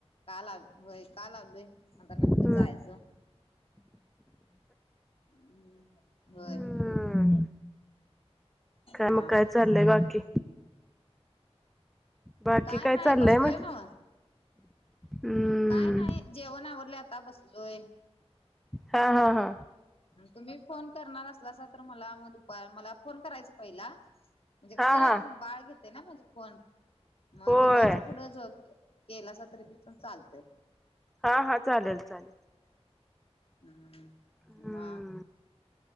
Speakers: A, on the left; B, in the centre.
A: का लाव होय का लावलोय आता नंतर
B: हम्म.
A: जायचं हम् होय
B: हम्म. काय
A: म
B: मग काय चाललंय ग बाकी बाकी
A: काय नाही
B: चाललंय
A: बसलोय
B: म्हण
A: ना
B: हम्म
A: काय नाही जेवणा आवरले आता बसलोय
B: हा हा हा
A: तुम्ही फोन करणार असला तर मला मग दुपार मला फोन करायचा पहिला म्हणजे कसं
B: हा हा
A: बाळ घेते ना म्हणजे फोण मग
B: होय
A: दुपारचा पुढे जो केला अस तरी पी पण चालतंय
B: हा हा चालेल चालेल
A: हम्
B: हम्म
A: म